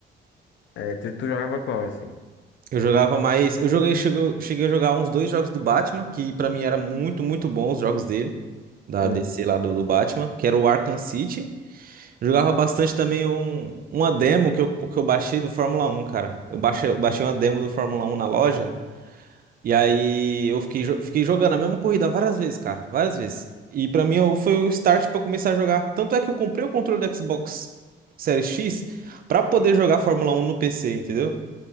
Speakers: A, on the left; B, on the right.
A: é, tu, tu jogava qual, assim?
B: Eu jogava mais. Eu joguei, chegou- cheguei a jogar uns dois jogos do Batman, que pra mim era muito, muito bons os jogos dele, da
A: Hum,
B: DC lá do, do Batman, que era o Arkham City. Eu jogava bastante também um, uma demo que eu, que eu baixei do Fórmula Um, cara. Eu baixei, eu baixei uma demo do Fórmula Um na loja, e aí eu fiquei, jo- fiquei jogando a mesma corrida várias vezes, cara, várias vezes. E pra mim eu- foi o start pra eu começar a jogar. Tanto é que eu comprei o controle do Xbox Series X pra poder jogar Fórmula Um no PC, entendeu?